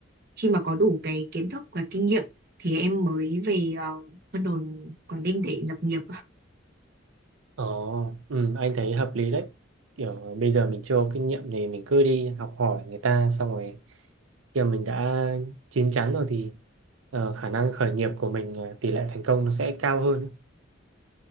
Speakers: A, on the right; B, on the right.
A: khi mà có đủ cái kiến thức và kinh nghiệm thì em mới về ờ, Vân Đồn Quảng Ninh để lập nghiệp
B: Ồ, ừ, anh thấy hợp lý đấy. Kiểu bây giờ mình chưa có kinh nghiệm thì mình cứ đi học hỏi người ta xong rồi khi mà mình đã chín chắn rồi thì ờ, khả năng khởi nghiệp của mình ờ, tỷ lệ thành công nó sẽ cao hơn.